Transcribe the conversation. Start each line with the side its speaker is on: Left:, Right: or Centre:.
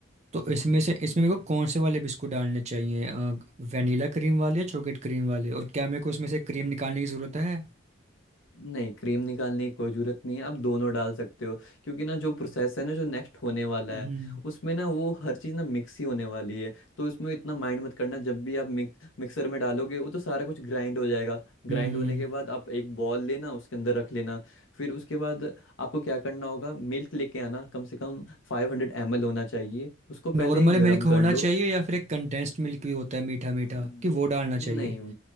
Right: तो इसमें
Left: हम्म।
Right: से इसमें मेरे को कौन से वाले बिस्कुट डालने चाहिए वनीला क्रीम वाले या चॉकलेट क्रीम वाले और क्या मेरे को उसमें से क्रीम निकालने की ज़रूरत है
Left: नहीं क्रीम निकालने की कोई ज़रूरत नहीं है आप दोनों डाल सकते हो क्योंकि ना जो प्रोसेस है ना जो नेक्स्ट होने वाला
Right: हम्म
Left: है उसमें ना वो हर चीज़ ना मिक्स ही होने वाली है तो इसमें इतना माइंड मत करना जब भी आप मिक्स मिक्सर में डालोगे वो तो सारा कुछ ग्राइंड हो जाएगा ग्राइंड
Right: हम्म
Left: होने के बाद आप एक बॉल लेना उसके अंदर रख लेना फिर उसके बाद आपको क्या करना होगा मिल्क लेके आना कम से कम फाइव हंड्रेड एम एल होना चाहिए उसको
Right: नॉर्मल
Left: पहले गर्म
Right: मिल्क होना
Left: कर लो
Right: चाहिए या फिर एक कंडेंस्ड मिल्क भी होता है मीठा मीठा
Left: हम्म,
Right: कि वो डालना चाहिए
Left: नहीं वो